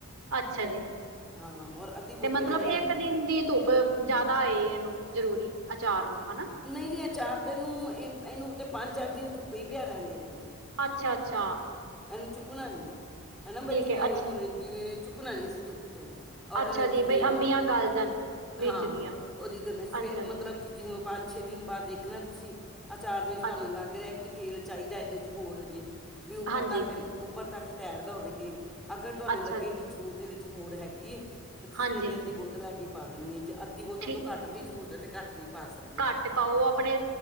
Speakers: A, on the right; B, in the centre.
A: ਅੱਛਾ ਜੀ,
B: ਹਾਂ ਔਰ ਅੱਧੀ
A: ਤੇ
B: ਬੋਤਲ
A: ਮਤਲਬ
B: ਜਿਹੜੀ
A: ਇੱਕ
B: ਰਹਿ-
A: ਦਿਨ ਦੀ ਧੁੱਪ ਪਰ ਜ਼ਿਆਦਾ ਏ ਇਹਨੂੰ ਜ਼ਰੂਰੀ, ਅਚਾਰ ਨੂੰ ਹਨਾ।
B: ਨਹੀਂ-ਨਹੀਂ ਅਚਾਰ ਤੇ ਇਹਨੂੰ, ਇਹ, ਇਹਨੂੰ ਤੇ ਪੰਜ-ਚਾਰ ਦਿਨ ਧੁੱਪੇ ਹੀ ਪਿਆ ਰੇਣ ਦੇਣੈ।
A: ਅੱਛਾ-ਅੱਛਾ।
B: ਇਹਨੂੰ ਚੁੱਕਣਾ ਨੀ, ਹੈਨਾ ਬ ਜਿਵੇਂ
A: ਹੈ ਅੱਛ
B: ਹੁਣ ਜਿਵੇਂ ਚੁੱਕਣਾ ਨੀ, ਅਸੀਂ ਧੁੱਪ ਤੋਂ। ਔਰ
A: ਅੱਛਾ ਜੀ
B: ਜਿਵੇਂ,
A: ਬਈ ਅੰਬੀਆਂ ਗਲ ਜਾਣ ਵਿੱਚ
B: ਹਾਂ,
A: ਦੀਆਂ
B: ਉਹਦੀ ਗੱਲ'ਚ ਫੇਰ
A: ਅੱਛਾ ਜੀ
B: ਮਤਲਬ ਕਿ ਜਿਵੇਂ ਪੰਜ-ਛੇ ਦਿਨ ਬਾਅਦ ਦੇਖਣਾ ਤੁਸੀਂ, ਅਚਾਰ ਦੇ ਵਿੱਚ ਤੁਹਾਨੂੰ
A: ਅੱ
B: ਲੱਗ ਰਿਹਾ ਕਿ ਤੇਲ ਚਾਹੀਦਾ ਇਹਦੇ'ਚ ਹੋਰ ਜੇ, ਵੀ ਉੱਪਰ
A: ਹਾਂਜੀ
B: ਤੱਕਨ, ਉੱਪਰ ਤੱਕ ਤੈਰਦਾ ਹੋਵੇ ਤੇਲ। ਅਗਰ ਤੁਹਾਨੂੰ
A: ਅੱਛਾ
B: ਲੱਗੇ
A: ਜੀ
B: ਕਿ ਜ਼ਰੂਰਤ ਇਹਦੇ'ਚ ਹੋਰ ਹੈਗੀ ਏ, ਤੇ ਤੁਸੀਂ
A: ਹਾਂਜੀ
B: ਜਿਹੜੀ ਅੱਧੀ ਬੋਤਲ ਹੈਗੀ ਪਾ ਦੇਣੀ ਏ, ਜੇ ਅੱਧ ਧੀ ਬੋਤਲ
A: ਠੀ
B: ਤੋਂ ਘੱਟ ਦੀ ਜ਼ਰੂਰਤ ਹੈ, ਤੇ ਘੱਟ ਵੀ ਪਾ ਸਕ
A: ਘੱਟ ਪਾਓ, ਆਪਣੇ